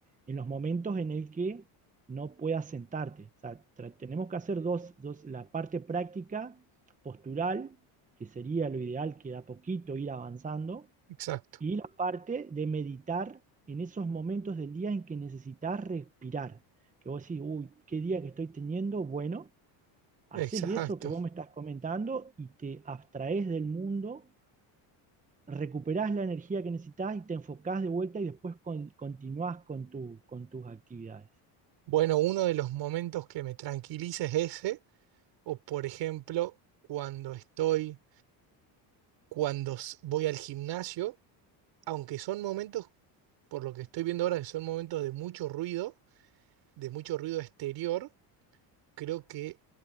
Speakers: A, on the right; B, on the right.
A: en los momentos en el que no puedas sentarte. O sea, tra- tenemos que hacer dos, dos, la parte práctica postural, que sería lo ideal, que da poquito ir avanzando,
B: exacto,
A: y la parte de meditar en esos momentos del día en que necesitas respirar. Que vos decís, uy, qué día que estoy teniendo, bueno, haces
B: exacto.
A: eso que vos me estás comentando y te abstraes del mundo recuperás la energía que necesitas y te enfocás de vuelta y después con- continuás con, tu- con tus actividades.
B: Bueno, uno de los momentos que me tranquiliza es ese, o por ejemplo, cuando estoy, cuando s- voy al gimnasio aunque son momentos, por lo que estoy viendo ahora, que son momentos de mucho ruido, de mucho ruido exterior, creo que